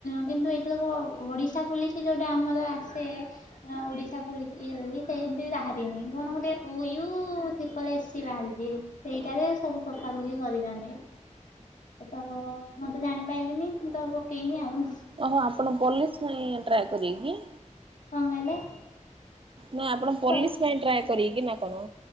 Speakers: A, on the left (about 80°); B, on the right (about 45°).
A: କିନ୍ତୁ ଏଥରକ ଓଡିଶା ପୁଲିସି ଯୋଉଟା ଆମର ଆସେ ଓଡିଶା ପୋଲିସି ଇଏ ବୋଲି ସେ ଏମତି ବାହାରିନି କଣ ଗୋଟେ O U triple A C ବାହାରିଛି। ସେଇଟାରେ ସବୁ ପକାପକି କରିଚନ୍ତି। ତ ମୁଁ ତ ଜାଣିପାଇଲିନି ମୁଁ ତ ପକେଇନି ଆଉ।
B: ଓହୋ ଆପଣ ପୋଲିସ ପାଇଁ ଟ୍ରାଏ କରିବେ କି?
A: କଁ କହିଲେ?
B: ନା ଆପଣ ପୋଲିସ
A: ସବୁ-
B: ପାଇଁ ଟ୍ରାଏ କରିବେ କି ନା କଣ?